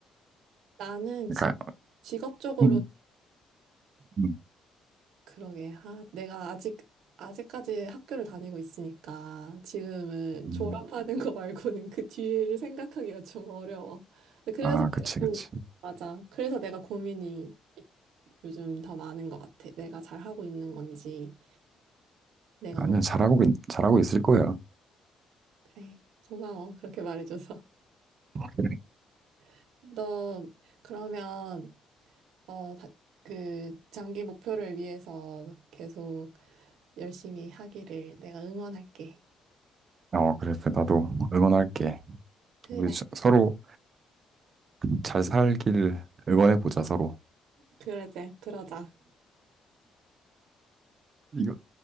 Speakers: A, on the right; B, on the right.
A: 나는
B: 그러니까,
A: 지, 직업적으로는
B: 음, 음,
A: 그러게. 아, 내가 아직, 아직까지 학교를 다니고 있으니까 지금은
B: 음.
A: 졸업하는 거 말고는 그 뒤를 생각하기가 좀 어려워. 그래서
B: 아, 그치,
A: 내가 고,
B: 그치.
A: 맞아. 그래서 내가 고민이 요즘 더 많은 것 같아. 내가 잘하고 있는 건지, 내가,
B: 아니야,
A: 오-
B: 잘하고, 있- 잘하고 있을 거야.
A: 그래. 고마워. 그렇게 말해줘서.
B: 그래.
A: <laughs> 너, 그러면, 어, 다- 그, 장기 목표를 위해서 계속 열심히 하기를 내가 응원할게.
B: 어, 그래. 그래, 나도 응원할게.
A: 그래,
B: 우리 자- 서로 잘 살길 응원해보자, 서로.
A: 그러자, 그러자.
B: 음.